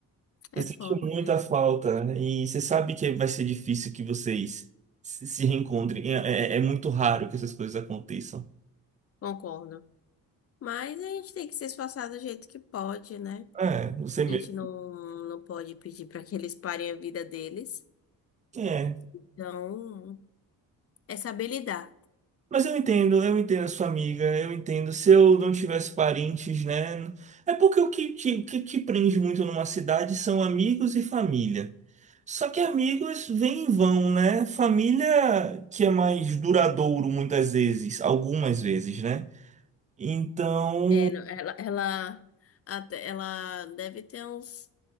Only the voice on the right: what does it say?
eu senti
muita
falta, né? e você sabe que vai ser difícil que vocês se se reencontrem. É, é- é muito raro que essas coisas aconteçam.
É, você
mesmo.
É.
Mas eu entendo, eu entendo a sua amiga, eu entendo. Se eu não tivesse parentes, né? É porque o que te, que te prende muito numa cidade são amigos e família. Só que amigos vêm e vão, né? Família que é mais duradouro muitas vezes, algumas vezes, né? Então.